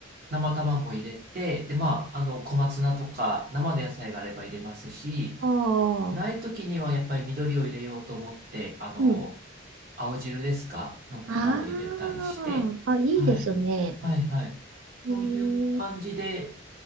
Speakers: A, on the right; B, on the right.
A: 生卵を入れて、で、まあ、あの、小松菜とか生の野菜があれば入れますし、
B: あ、
A: ないときにはやっぱり緑を入れようと思って、あの、
B: うん。
A: 青汁ですかの粉を入れたりして、
B: ああ、あ、いいですね。
A: はい。はいはい。
B: ええ、
A: そういう感じで